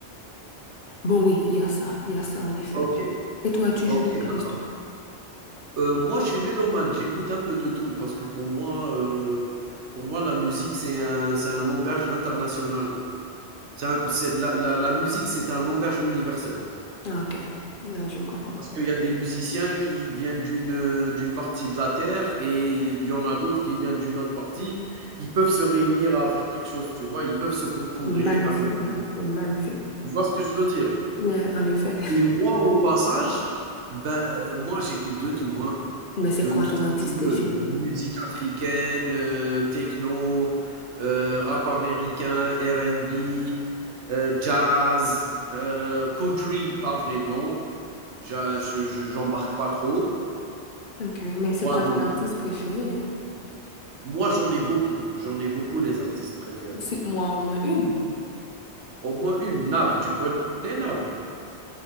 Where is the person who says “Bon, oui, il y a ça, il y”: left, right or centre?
Left